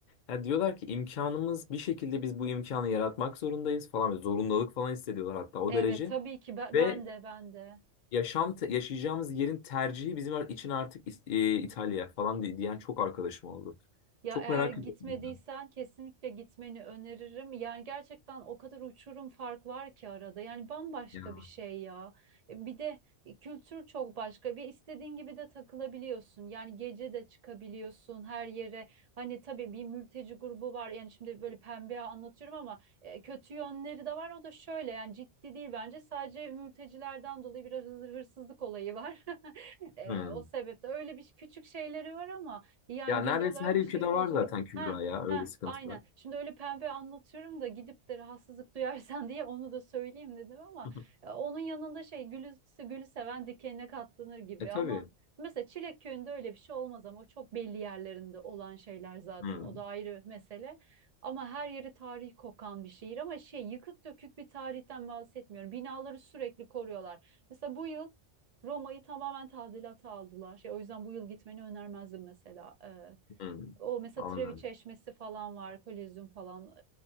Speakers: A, on the left (about 55°); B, on the right (about 50°).
A: Ya diyorlar ki imkanımız bir şekilde biz bu imkanı yaratmak zorundayız falan. Zorundalık falan hissediyorlar hatta o
B: Evet
A: derece.
B: tabii ki ben,
A: Ve
B: ben de ben de.
A: yaşam te- yaşayacağımız yerin tercihi bizim ar- için artık is- e, İtalya falan di- diyen çok arkadaşım oldu.
B: Ya
A: Çok
B: eğer
A: merak
B: gitmediysen
A: ediyorum bundan.
B: kesinlikle gitmeni öneririm. Yani gerçekten o kadar uçurum fark var ki arada. Yani bambaşka
A: Ya.
B: bir şey ya. E, Bir de kültür çok başka. Bir istediğin gibi de takılabiliyorsun. Yani gece de çıkabiliyorsun her yere. Hani tabii bir mülteci grubu var. Yani şimdi böyle pembe anlatıyorum ama e, kötü yönleri de var. O da şöyle yani ciddi değil bence. Sadece mültecilerden dolayı biraz hırsızlık olayı var. <laughs> E,
A: hmm.
B: o sebeple öyle bir küçük şeyleri var ama yani
A: Ya neredeyse
B: genel olarak
A: her ülkede
B: şehir
A: var
B: huzurlu.
A: zaten Kübra
B: Ha
A: ya
B: ha
A: öyle sıkıntılar.
B: aynen. Şimdi öyle pembe anlatıyorum da gidip de rahatsızlık duyarsan diye onu da söyleyeyim dedim ama
A: <laughs>
B: e, onun yanında şey gülü, gülü seven dikenine katlanır gibi
A: E tabii.
B: ama mesela Çilek Köyü'nde öyle bir şey olmaz ama o çok belli yerlerinde olan şeyler zaten.
A: Hmm,
B: O da ayrı mesele. Ama her yeri tarihi kokan bir şehir ama şey yıkık dökük bir tarihten bahsetmiyorum. Binaları sürekli koruyorlar. Mesela bu yıl Roma'yı tamamen tadilata aldılar. Şey, o yüzden bu yıl gitmeni önermezdim mesela. Ee,
A: hmm.
B: o mesela
A: Anladım.
B: Trevi Çeşmesi falan var, Kolezyum falan.